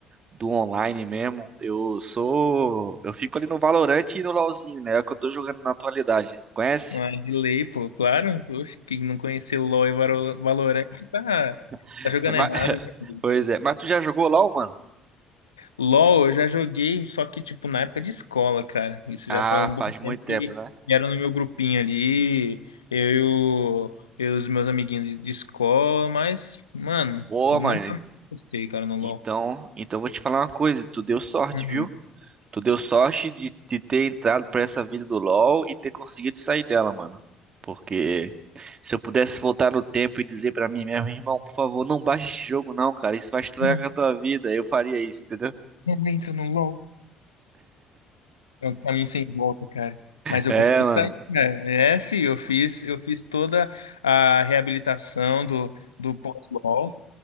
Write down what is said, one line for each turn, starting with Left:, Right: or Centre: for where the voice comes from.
Right: do online mesmo. Eu sou. Eu fico ali no Valorant e no LoLzinho, né? É o que eu tô jogando na atualidade. Conhece?
Left: Ah, de lei, pô, claro. Oxe, quem não conhecer LoL e Valo- Valorant tá,
Right: <laughs>
Left: tá jogando
Right: Mas-
Left: errado. velho.
Right: <laughs> Pois é. Mas tu já jogou LoL, mano?
Left: LoL eu já joguei, só que, tipo, na época de escola, cara. Isso
Right: Ah,
Left: já faz um bom
Right: faz muito
Left: tempo
Right: tempo,
Left: que
Right: né?
Left: era no meu grupinho ali, eu e o- eu e os meus amiguinhos de, de escola, mas, mano,
Right: Boa,
Left: nunca
Right: mano.
Left: mais gostei, cara, no LoL.
Right: Então, então eu vou te falar uma coisa. Tu deu sorte,
Left: Uhum.
Right: viu? Tu deu sorte de, de ter entrado pra essa vida do LoL e ter conseguido sair dela, mano. Porque se eu pudesse voltar no tempo e dizer pra mim mesmo, irmão, por favor, não baixa esse jogo não, cara. Isso vai estragar
Left: Não,
Right: a tua vida. Eu faria isso, entendeu?
Left: não entra no LoL. É um caminho sem volta, cara. Mas
Right: É,
Left: eu consegui
Right: mano.
Left: sair, cara. É, fi, eu fiz, eu fiz toda a reabilitação do, do pós-LOL